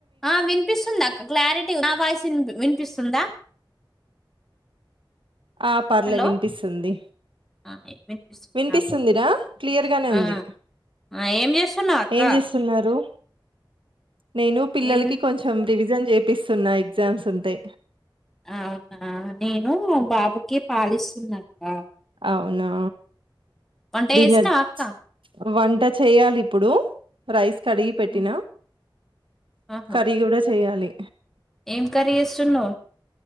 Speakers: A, in the centre; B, on the right (about 80°).
A: ఆ వినిపిస్తుందా అక్క క్లారిటీ గు నా వాయిస్ విన్ వినిపిస్తుందా
B: ఆ పర్లే
A: హలో
B: వినిపిస్తుంది
A: ఆ వినిపిస్తుంది
B: వినిపిస్తుందిరా
A: నాకు కూడా
B: క్లియర్గానే ఉంది
A: ఆ ఆ ఏం చేస్తున్నావు అక్క
B: ఏం చేస్తున్నారు నేను పిల్లలకి
A: ఏం
B: కొంచం రివిజన్ చేపిస్తున్నా ఎగ్జామ్స్ ఉంటే
A: అవునా నేను బాబుకి పాలిస్తున్నాక్క
B: అవునా
A: వంటా
B: డిన్నర్
A: చేసినవా అక్క
B: వంట చేయాలి ఇప్పుడు రైస్ కడిగి పెట్టినా
A: ఉమ్, ఆహా
B: కర్రీ కూడా చేయాలి
A: ఏం కర్రీ చేస్తూనవ్